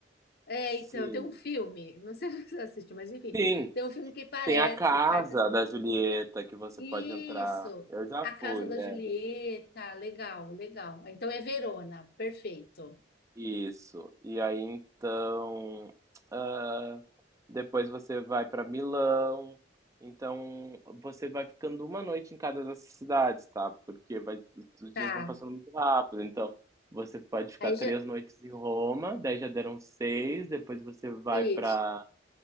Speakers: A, on the left; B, on the right.
A: É,
B: sim.
A: então, tem um filme, não sei <laughs> se você assistiu, mas enfim,
B: Sim,
A: tem um filme que parece
B: Tem a casa
A: Cartas para
B: da Julieta que você
A: Isso,
B: pode entrar. Eu já
A: A Casa
B: fui,
A: da Julieta,
B: é. bem-
A: legal, legal. Então é Verona, perfeito.
B: Isso. E aí então, ah, depois você vai para Milão. Então, você vai ficando uma noite em cada dessas cidades, tá? Porque vai, os
A: Tá.
B: dias vão passando muito rápido. Então, você pode ficar
A: Aí já
B: três noites em Roma, daí já deram seis. Depois você vai
A: isso,
B: para